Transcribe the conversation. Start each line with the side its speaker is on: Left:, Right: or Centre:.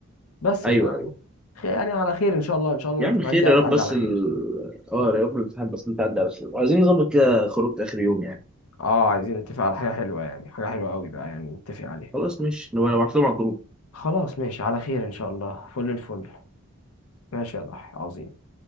Left: بس
Centre: ايوه
Left: ف
Centre: ايوه
Left: خ- يعني على خير ان شاء الله ان شاء الله
Centre: يا
Left: الامتحانات
Centre: عم خير
Left: دي هتعدي
Centre: يا رب بس
Left: على خير
Centre: ال... اه يا رب الامتحان بس انت عدى على خير وعايزين نظبط كده خروج اخر يوم يعني
Left: اه عايزين نتفق على حاجه حلوه يعني حاجه حلوه قوي بقى يعني نتفق عليها
Centre: خلاص ماشي نبقى نبعت لهم على الجروب
Left: خلاص ماشي على خير ان شاء الله فل الفل ماشي يا ضحى عظيم